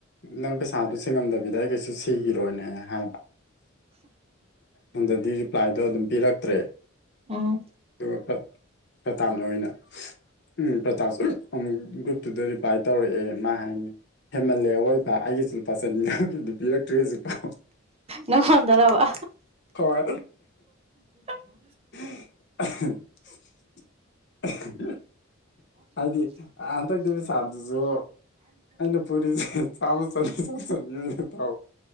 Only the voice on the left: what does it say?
ꯅꯪ ꯄꯩꯁꯥꯗꯨ ꯆꯉꯝꯗꯕꯤꯗ ꯑꯩ ꯀꯩꯁꯨ ꯁꯤꯈꯤꯔꯣꯏꯅꯦ ꯍꯥꯏꯕ ꯍꯟꯗꯗꯤ ꯔꯤꯄ꯭ꯂꯥꯏꯗꯣ ꯑꯗꯨꯝ ꯄꯤꯔꯛꯇ꯭ꯔꯦ
ꯑꯗꯨꯒ ꯄ꯭ꯔꯇꯥꯞꯅ ꯑꯣꯏꯅ ꯎꯝ ꯄ꯭ꯔꯇꯥꯞꯁꯨ ꯑꯃꯨꯛ ꯒ꯭ꯔꯨꯞꯇꯨꯗ ꯔꯤꯄ꯭ꯂꯥꯏ ꯇꯧꯔꯛꯑꯦ ꯃꯥ ꯍꯥꯏꯕꯅꯤ ꯄꯂꯦ ꯑꯔ ꯑꯣꯏꯕ ꯑꯩꯒꯤꯁꯨ ꯂꯨꯄꯥ ꯆꯟꯅꯤꯒꯤꯗꯤ ꯄꯤꯔꯛꯇ꯭ꯔꯦ ꯍꯧꯁꯨ ꯄꯥꯎ
ꯍꯣꯏ
<unintelligible>
ꯍꯥꯏꯗꯤ ꯍꯟꯗꯛꯇꯤ ꯄꯩꯁꯥꯗꯨꯁꯨ ꯑꯩꯅ ꯄꯨꯔꯤꯁꯦ ꯆꯥ ꯆꯅꯤ ꯆ ꯆꯅꯤꯅ ꯇꯥꯎ